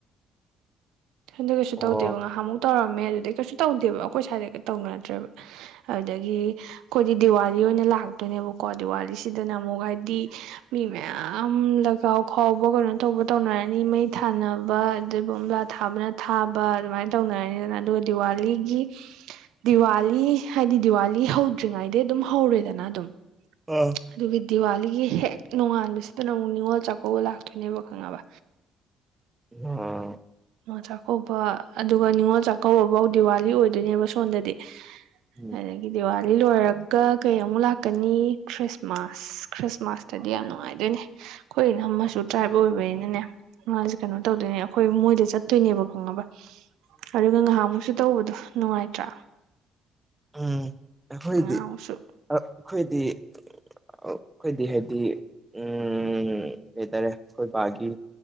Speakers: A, on the right; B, on the right.
A: ꯁꯣꯝꯗ ꯀꯩꯁꯨ
B: ꯑꯣ
A: ꯇꯧꯗꯦꯕ ꯉꯥꯏꯍꯥꯛꯃꯨꯛ ꯇꯧꯔꯝꯃꯦ ꯑꯗꯨꯗꯩ ꯀꯩꯁꯨ ꯇꯧꯗꯦꯕ ꯑꯩꯈꯣꯏ ꯁ꯭ꯏꯗꯒ ꯇꯧꯅ ꯅꯠꯇ꯭ꯔꯦꯕ ꯑꯗꯨꯗꯒꯤ ꯑꯩꯈꯣꯏꯗꯤ ꯗꯤꯋꯥꯂꯤ ꯑꯣꯏꯅ ꯂꯥꯛꯇꯣꯏꯅꯦꯕꯀꯣ ꯗꯤꯋꯥꯂꯤꯁꯤꯗꯅ ꯑꯃꯨꯛ ꯍꯥꯏꯗꯤ ꯃꯤ ꯃꯌꯥꯝ ꯂꯒꯥꯎ ꯈꯥꯎꯕ ꯀꯩꯅꯣ ꯇꯧꯕ ꯇꯧꯅꯔꯅꯤ ꯃꯩ ꯊꯥꯅꯕ ꯑꯗꯨꯒ ꯊꯥꯕꯅ ꯊꯥꯕ ꯑꯗꯨꯃꯥꯏꯅ ꯇꯧꯅꯔꯅꯤꯗꯅ ꯑꯗꯨꯒ ꯗꯤꯋꯥꯂꯤꯒꯤ ꯗꯤꯋꯥꯂꯤ ꯍꯥꯏꯗꯤ ꯗꯤꯋꯥꯂꯤ ꯍꯧꯗ꯭ꯔꯤꯉꯩꯗꯩ ꯑꯗꯨꯝ ꯍꯧꯔꯦꯗꯅ ꯑꯗꯨꯝ
B: ꯎꯝ
A: ꯑꯗꯨꯒꯒꯤ ꯗꯤꯋꯥꯂꯤꯒꯤ ꯍꯦꯛ ꯅꯣꯡꯉꯥꯟꯕꯁꯤꯗꯅ ꯑꯃꯨꯛ ꯅꯤꯡꯅꯤꯉꯣꯜ ꯆꯥꯛꯀꯧꯕ ꯂꯥꯛꯇꯣꯏꯅꯦꯕ ꯈꯪꯉꯕ
B: ꯑ
A: ꯅꯤꯉꯣꯜ ꯆꯥꯛꯀꯧꯕ ꯑꯗꯨꯒ ꯅꯤꯉꯣꯜ ꯆꯥꯛꯀꯧꯕꯐꯧ ꯗꯤꯋꯥꯂꯤ ꯑꯣꯏꯗꯣꯏꯅꯦꯕ ꯁꯣꯝꯗꯗꯤ
B: ꯎꯝ
A: ꯑꯗꯒꯤ ꯗꯤꯋꯥꯂꯤ ꯂꯣꯏꯔꯒ ꯀꯩ ꯑꯃꯨꯛ ꯂꯥꯛꯀꯅꯤ ꯈ꯭ꯔꯤꯁꯃꯥꯁ ꯑꯁ ꯈ꯭ꯔꯤꯁꯃꯥꯁꯇꯗꯤ ꯌꯥꯝ ꯅꯨꯡꯉꯥꯏꯗꯣꯏꯅꯦ ꯈꯣꯏ ꯏꯅꯝꯃꯁꯨ ꯇ꯭ꯔꯥꯏꯕ ꯑꯣꯏꯕꯅꯤꯅꯅꯦ ꯃꯥꯁꯦ ꯀꯩꯅꯣ ꯇꯧꯗꯣꯏꯅꯦ ꯑꯩꯈꯣꯏ ꯃꯣꯏꯗ ꯆꯠꯇꯣꯏꯅꯦꯕ ꯈꯪꯉꯕ ꯑꯗꯨꯒ ꯉꯍꯥꯟꯃꯨꯛꯁꯨ ꯇꯧꯕꯗꯣ ꯅꯨꯡꯉꯥꯏꯇ꯭ꯔꯥ
B: ꯎꯝ ꯑꯩꯈꯣꯏꯗꯤ
A: ꯉꯥꯏꯍꯥꯛꯃꯨꯛꯁꯨ
B: ꯑ-ꯑꯩꯈꯣꯏꯗꯤ ꯑꯩꯈꯣꯏꯗꯤ ꯍꯥꯏꯕꯗꯤ ꯎꯝ ꯀꯩꯇꯥꯔꯦ ꯈꯣꯏꯕꯥꯒꯤ